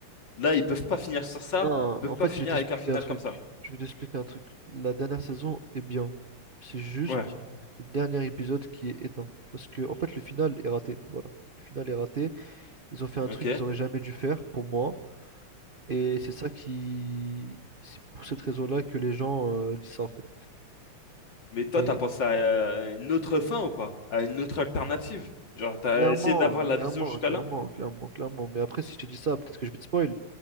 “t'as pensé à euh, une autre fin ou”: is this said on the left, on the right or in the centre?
Left